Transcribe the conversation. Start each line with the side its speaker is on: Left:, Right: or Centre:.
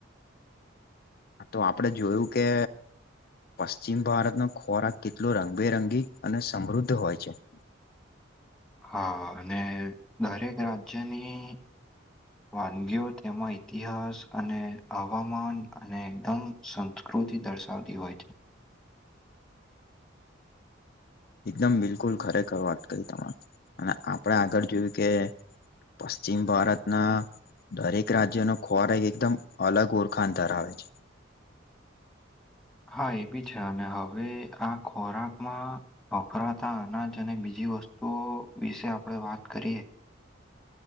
Left: આતો આપડે જોયું કે પશ્ચિમ ભારતનો ખોરાક કેટલો રંગબેરંગી અને સમૃદ્ધ હોય છે <unintelligible>
Centre: હા, અને દરેક રાજ્યની વાનગીઓ તેમાં ઇતિહાસ અને હવામાન અને એકદમ સંસ્કૃ તી દર્શાવતી હોય છે
Left: <inaudible> એકદમ બિલકુલ ખરેખર વાત કરી તમે અને આપણે આગળ જોયું કે પશ્ચિમ ભારતના દરેક રાજ્યનો ખોરા એક એકદમ અલગ ઓળખણ ધરાવે છે
Centre: હા એ બી છે અને હવે આ ખોરાકમાં વફરાતા અનાજ અને બીજ બ વસ્તુઓ વિશે આપણે વાત કરીએ